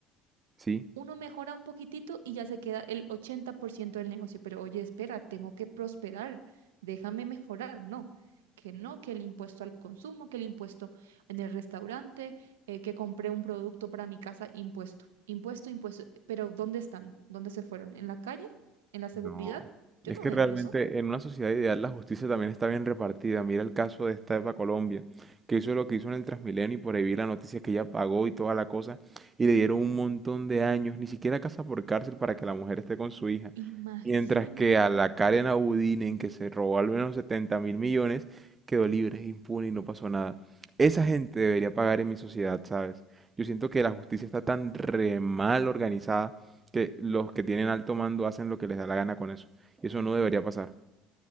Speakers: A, on the right; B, on the right.
A: ¿sí?
B: uno mejora un poquitito y ya se queda el 80% del negocio. Pero oye, espera, tengo que prosperar, déjame mejorar. No, que no, que el impuesto al consumo, que el impuesto en el restaurante, eh, que compré un producto para mi casa, impuesto, impuesto, impuesto. Pero ¿dónde están? ¿Dónde se fueron? ¿En la calle? ¿En la seguridad?
A: No,
B: Yo
A: es
B: no
A: que
B: veo
A: realmente
B: eso.
A: en una sociedad ideal la justicia también está bien repartida. Mira el caso de esta Eva Colombia, que hizo lo que hizo en el Transmilenio y por ahí vi la noticia que ella pagó y toda la cosa y le dieron un montón de años, ni siquiera casa por cárcel para que la mujer esté con su hija.
B: Imagínate.
A: Mientras que a la Karen Abudinen, que se robó al menos setenta mil millones, quedó libre, impune y no pasó nada. Esa gente debería pagar en mi sociedad, ¿sabes? Yo siento que la justicia está tan re mal organizada que los que tienen alto mando hacen lo que les da la gana con eso. Y eso no debería pasar.